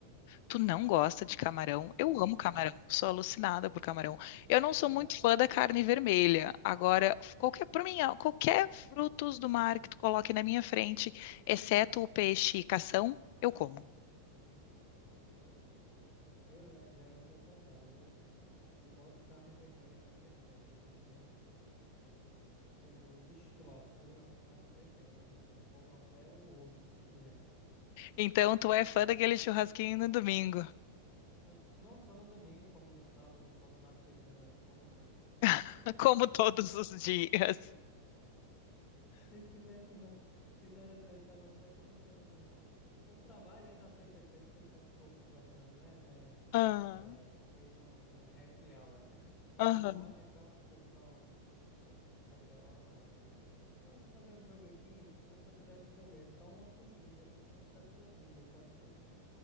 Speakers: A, on the left; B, on the left.
A: Tu não gosta de camarão?
B: Né,
A: Eu
B: não
A: amo camarão,
B: gosto.
A: sou alucinada por camarão. Eu não sou
B: Já.
A: muito fã da carne vermelha. Agora, qualquer, para mim, ó, qualquer frutos do mar que tu coloque na minha frente, exceto o peixe e cação, eu como.
B: Hum, sim. Eu eh, já eu sou o contrário. Eu não boto carne vermelha na minha frente, porque eu destroço a carne vermelha. Eu como até o osso se tiver.
A: Então, tu é fã daquele churrasquinho no domingo,
B: Não, não só no domingo, como no sábado, como na segunda, como na... <laughs>
A: <laughs> como todos os dias.
B: Se tiver churrasco. Fizeram até, eu tava até no, no, no, no trabalho, aí na sexta-feira o pessoal ficou conversando, né, né?
A: Ah,
B: eh, fez um, um happy hour, né? Como
A: aham.
B: é online, então o pessoal. Happy Hour Online aí. Não, vamos fazer um jogo aqui. Se você pudesse comer só uma comida no resto da sua vida, qual seria?